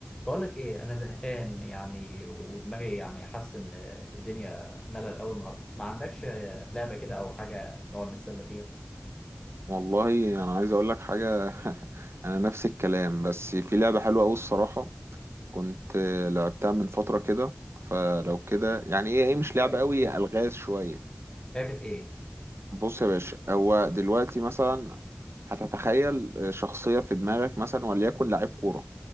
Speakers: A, on the left; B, on the right.
A: بقول لك ايه انا زهقان يعني ودماغي يعني حاسس ان الدنيا ملل اول النهارده ما عندكش لعبه كده او حاجه نقعد نتسلى فيها
B: والله انا عايز اقول لك حاجه <laughs> انا نفس الكلام بس في لعبه حلوه قوي الصراحه كنت لعبتها من فتره كده فلو كده يعني ايه ايه مش لعبه
A: لعبة
B: قوي
A: ايه؟
B: الغاز شويه
A: لعبه ايه
B: بص يا باشا هو دلوقتي مثلا هتتخيل شخصيه في دماغك مثلا وليكن لعيب كوره